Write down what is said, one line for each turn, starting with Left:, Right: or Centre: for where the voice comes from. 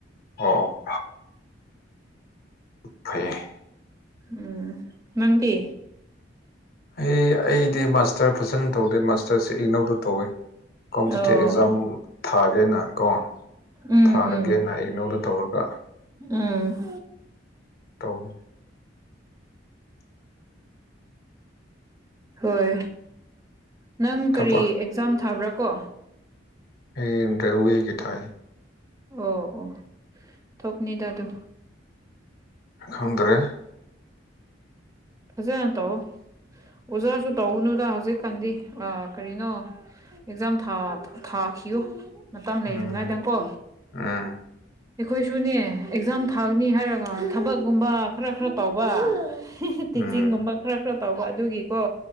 Left: ꯑꯣ ꯐꯩꯌꯦ
Right: ꯎꯝ ꯅꯪꯗꯤ
Left: ꯑꯩ ꯑꯩꯗꯤ ꯃꯥꯁꯇꯔ ꯐꯖꯅ ꯇꯧꯗꯦ ꯃꯥꯁꯇꯔꯁꯦ ꯏꯛꯅꯧꯗ ꯇꯧꯋꯦ ꯀꯣꯝꯄꯤꯇꯦ
Right: ꯑꯣ
Left: ꯑꯦꯛꯖꯥꯝ ꯊꯥꯒꯦꯅ ꯀꯣ
Right: ꯎꯝ
Left: ꯊꯥꯔꯒꯦꯅ
Right: ꯎꯝ
Left: ꯏꯛꯅꯧꯗ ꯇꯧꯔꯒ
Right: ꯎꯝ
Left: ꯇꯧꯋꯦ
Right: ꯍꯣꯏ ꯅꯪ
Left: ꯊꯕꯛ
Right: ꯀꯔꯤ ꯑꯦꯛꯖꯥꯝ ꯊꯥꯕ꯭ꯔꯥ ꯀꯣ
Left: ꯑꯩ ꯔꯦꯜꯋꯦꯒꯤ ꯊꯥꯏ
Right: ꯑꯣ ꯑꯣ ꯊꯣꯛꯅꯤꯗ ꯑꯗꯨ
Left: ꯈꯪꯗꯔꯦ
Right: ꯐꯖꯅ ꯇꯧꯋꯣ ꯑꯣꯖꯥꯁꯨ ꯇꯧꯒꯅꯨꯗ ꯍꯧꯖꯤꯛꯀꯥꯟꯗꯤ ꯑꯥ ꯀꯔꯤꯅꯣ ꯑꯦꯛꯖꯥꯝ ꯊꯥ ꯊꯥꯈꯤꯌꯨ ꯃꯇꯝ ꯂꯩꯔꯤꯉꯩꯗꯀꯣ
Left: ꯎꯝ ꯎꯝ
Right: ꯑꯩꯈꯣꯏꯁꯨꯅꯦ ꯑꯦꯛꯖꯥꯝ ꯊꯥꯒꯅꯤ ꯍꯥꯏꯔꯒ ꯊꯕꯛꯀꯨꯝꯕ ꯈꯔ ꯈꯔ ꯇꯧꯕ ꯇꯤꯆꯤꯡꯒꯨꯝꯕ
Left: ꯎꯝ
Right: ꯈꯔ ꯈꯔ ꯇꯧꯕ ꯑꯗꯨꯒꯤꯀꯣ